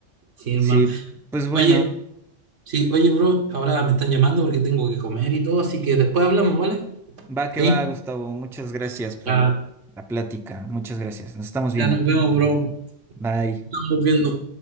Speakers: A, on the right; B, in the centre.
A: Sí, hermano.
B: Sí, pues bueno.
A: Oye, sí, oye, bro, ahora me están llamando porque tengo que comer y todo, así que después hablamos, ¿vale?
B: Va que
A: Ahí.
B: va, Gustavo. Muchas gracias por
A: Ya,
B: la plática. Muchas gracias. Nos estamos viendo.
A: ya nos vemos, bro.
B: Bye.
A: Estamos viendo.